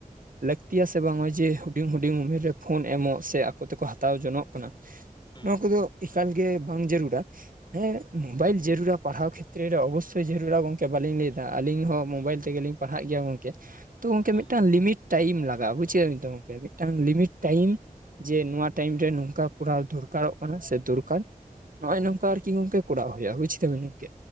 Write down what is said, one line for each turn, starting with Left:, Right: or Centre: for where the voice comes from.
Right: ᱞᱟᱹᱠᱛᱤᱭᱟ ᱥᱮ ᱵᱟᱝ ᱱᱚᱜᱚᱭ ᱡᱮ ᱦᱩᱰᱤᱧ ᱦᱩᱰᱤᱧ ᱩᱢᱮᱨ ᱨᱮ ᱯᱷᱳᱱ ᱮᱢᱚᱜ ᱥᱮ ᱟᱠᱚᱛᱮ ᱠᱚ ᱦᱟᱛᱟᱣ ᱡᱚᱱᱚᱜ ᱠᱟᱱᱟ, <inaudible>
Left: ᱦᱮᱸ
Right: ᱱᱚᱣᱟ ᱠᱚᱫᱚ ᱮᱠᱟᱞ ᱜᱮ ᱵᱟᱝ ᱡᱟᱹᱨᱩᱲᱟ᱾ ᱦᱮᱸ ᱢᱳᱵᱟᱭᱤᱞ ᱡᱟᱹᱨᱩᱲᱟ ᱯᱟᱲᱦᱟᱣ ᱠᱷᱮᱛᱨᱮ ᱨᱮ ᱚᱵᱚᱥᱳᱭ ᱡᱟᱹᱨᱩᱲᱟ ᱜᱚᱝᱠᱮ ᱵᱟᱹᱞᱤᱧ ᱞᱟᱹᱭ ᱮᱫᱟ ᱟᱹᱞᱤᱧ ᱦᱚᱸ ᱢᱳᱵᱟᱭᱤᱞ ᱛᱮᱜᱮ ᱞᱤᱧ ᱯᱟᱲᱦᱟᱜ ᱜᱮᱭᱟ ᱜᱚᱝᱠᱮ ᱾ ᱛᱚ ᱜᱚᱝᱠᱮ
Left: ᱦᱮᱸ
Right: ᱢᱤᱫᱴᱟᱝ ᱞᱤᱢᱤᱴ ᱴᱟᱭᱤᱢ ᱞᱟᱜᱟᱜᱼᱟ ᱵᱩᱡ ᱠᱮᱫᱟᱵᱤᱱ ᱛᱚ ᱜᱚᱢᱠᱮ ᱾ ᱢᱤᱫᱴᱟᱝ ᱞᱤᱢᱤᱴ ᱴᱟᱭᱤᱢ ᱡᱮ ᱱᱚᱣᱟ ᱴᱟᱭᱤᱢ ᱨᱮ ᱱᱚᱝᱠᱟ ᱠᱚᱨᱟᱣ ᱫᱚᱨᱠᱟᱨᱚᱜ ᱠᱟᱱᱟ ᱥᱮ ᱫᱚᱨᱠᱟᱨ᱾ ᱱᱚᱜ-ᱚᱭ
Left: ᱦᱮᱸ
Right: ᱱᱚᱝᱠᱟ ᱟᱨᱠᱤ ᱜᱚᱝᱠᱮ ᱠᱚᱨᱟᱣ ᱦᱩᱭᱩᱜᱼᱟ ᱵᱩᱪ ᱠᱮᱫᱟ ᱵᱮᱱ ᱜᱚᱝᱠᱮ᱾